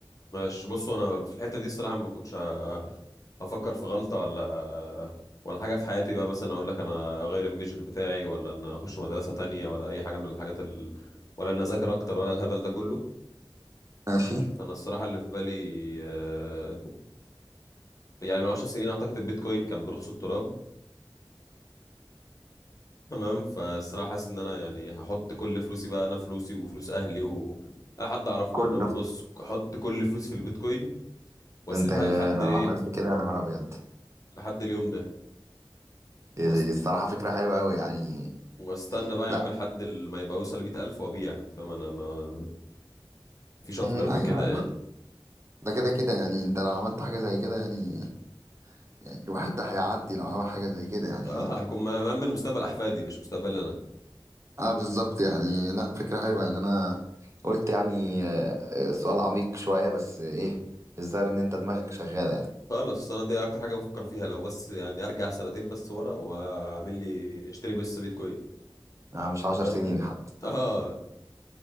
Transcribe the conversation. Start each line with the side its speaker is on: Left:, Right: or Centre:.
Left: ماشي بص انا في الحته دي الصراحه ما كنتش ه- هفكر في غلطه ولا ولا حاجه في حياتي بقى مثلا اقول لك انا اغير الميجر بتاعي ولا ان اخش مدرسه تانية ولا اي حاجه من الحاجات ال... ولا ان اذاكر اكتر ولا الهبل ده كله
Right: ماشي
Left: انا الصراحه اللي في بالي آه، يعني من 10 سنين اعتقد البيتكوين كان برخص التراب تمام فالصراحة حاسس ان انا يعني هحط كل فلوسي بقى انا فلوسي وفلوس اهلي و اي حد اعرفه
Right: كله
Left: يعني انا بص احط كل فلوس في البيتكوين واسيبها
Right: انت
Left: لحد
Right: لو
Left: ايه
Right: عملت كده يا نهار ابيض
Left: لحد اليوم ده
Right: إيه-
Left: وأست...
Right: الصراحة فكرة حلوة قوي يعني
Left: واستنى بقى يا
Right: لا
Left: عم لحد ال- ما يبقى يوصل لمية ألف وابيع انت فاهم انا ما فيش افجر
Right: أمم،
Left: من
Right: ايوه
Left: كده
Right: انا
Left: يعني
Right: ده كده كده يعني انت لو عملت حاجة زي كده يعني يعني الواحد ده هيعدي لو عمل حاجة زي كده يعني
Left: اه هكون م- مأمن مستقبل احفادي مش مستقبل انا
Right: اه بالظبط يعني لا فكرة حلوة يعني انا قلت يعني آه، آه، سؤال عميق شوية بس ايه الظاهر ان انت دماغك شغالة يعني
Left: خلاص السنة دي اكتر حاجة بفكر فيها لو بس يعني ارجع سنتين بس ورا واعمل لي اشتري بس بيتكوين
Right: انا مش عشر
Left: انت فاهم
Right: سنين حد
Left: اه